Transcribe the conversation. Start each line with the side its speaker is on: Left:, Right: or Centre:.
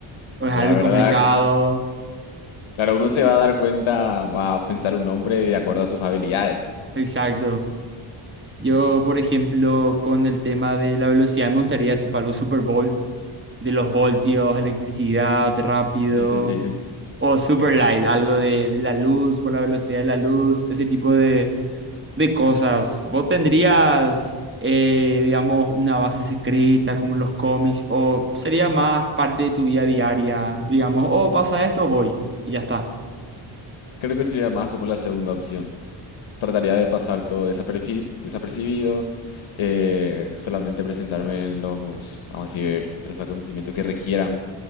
Right: ¿O
Left: la
Right: es algo
Left: verdad,
Right: complicado?
Left: que- claro, uno se va a dar cuenta, va a pensar un nombre de acuerdo a sus habilidades.
Right: Exacto. Yo, por ejemplo, con el tema de la velocidad, me gustaría tipo algo Super Bowl de los voltios, electricidad rápido,
Left: Sí, sí, sí, sí.
Right: o super light, algo de, de la luz, por la velocidad de la luz, ese tipo de, de cosas. ¿Vos tendrías, eh, digamos, una base secreta como en los cómics, o sería más parte de tu vida diaria, digamos, oh, pasa esto, voy, y ya está.
Left: Creo que sería más como la segunda opción. Trataría de pasar todo desaperci- desapercibido, eh, solamente presentarme en los, vamos a decir, en los acontecimientos que requieran